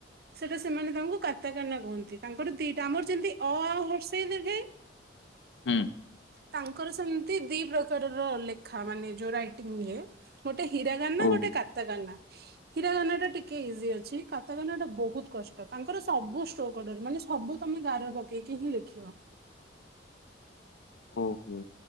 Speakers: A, on the right; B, on the left.
A: ସେଇଟା ସେମାନେ ତାଙ୍କୁ କାତା କାନା କୁହନ୍ତି। ତାଙ୍କର ଦିଟା ଆମର ଯେମତି ଅ ଆ ଆଉ ହର୍ଷେଇେ ଦୀର୍ଘଇ
B: ହୁଁ,
A: ତାଙ୍କର ସେମିତି ଦି ପ୍ରକାରର ଲେଖା ମାନେ ଯୋଉ ରାଇଟିଂ ଇଏ ଗୋଟେ, ହୀରା ରାନା
B: ଓହୋ
A: ଗୋଟେ କାତାକାନା, ହୀରା ଗାନା ଟା ଟିକେ ଇଜି ଅଛି। କାତା କାନ ଟା ବହୁତ କଷ୍ଟ ତାଙ୍କର ସବୁ ଷ୍ଟଡର ମାନେ ସବୁ ତମେ ଗାଁ ରେ ପକେଇକି ହିଁ ଲେଖିବ।
B: ଓହୋ